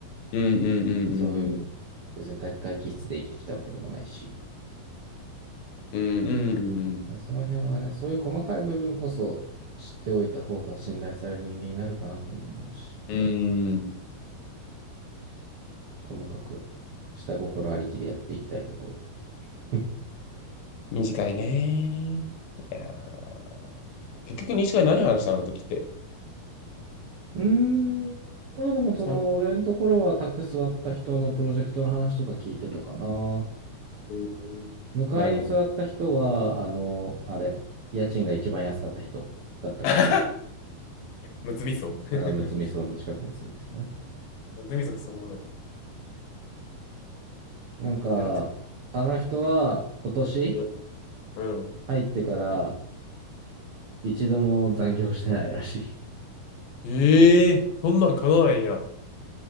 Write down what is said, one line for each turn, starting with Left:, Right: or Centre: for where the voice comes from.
Left: うんうんうんうん
Right: そういう、別に体育会気質で生きてきたわけでもないし。
Left: うん。うんうんうん
Right: その辺はね、そういう細かい部分こそ知っておいた方が信頼される人間になるかなとも思うし、
Left: うん。うん。
Right: 細かく下心ありきでやっていきたいところ。<laughs>
Left: 短いね。いやー、結局短い何話したのあの時って。
Right: うーん、まあでもその、
Left: そん
Right: 俺のところは宅座った人のプロジェクトの話とか聞いてたかな。
Left: うんなるほど。
Right: 迎えに座った人は、あの、あれ、家賃が一番安かった人だったけど、
Left: <laughs> むつみそ <laughs>
Right: あ、
Left: む
Right: むつみ荘の近くに住んでた人ね。
Left: つみそくそおもろい。
Right: なんか、
Left: リアルト
Right: あの人は今年
Left: ゥうん。
Right: 入ってから一度も残業してないらしい。
Left: ええそんなん叶わないんや。